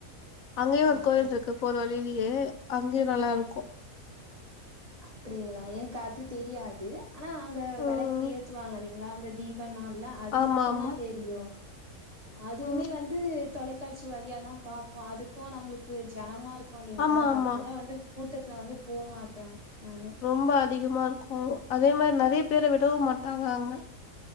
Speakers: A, on the left; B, on the right.
A: அங்கேயு ஒரு
B: அப்டி
A: கோயில் இருக்கு போறே வழியிலயே அங்கயு நல்லா இருக்கு
B: அப்டிங்களா எனக்கு அது தெரியாது ஆனா அங்க
A: ம்
B: வெளக்கு ஏத்துவாங்க இல்லைங்ளா அந்த தீப் ப்ப நாள்ள அது
A: ஆமா
B: மட்டுதா
A: ஆமா
B: தெரியு அதுமே
A: ம்
B: வந்து தொலைக்காட்சி வழியா தா பாப்போ அதுக்கு நம்ளுக்கு ஜனமா இருக்கு இல்லைங்ளா
A: ஆமா ஆமா
B: அதனால வந்து கூட்டத்ல வந்து போமாட்டே நானு
A: ரொம்ப அதிகமா இருக்குமோ அதே மாரி நறைய பேர விடவு மாட்டாங்க அங்க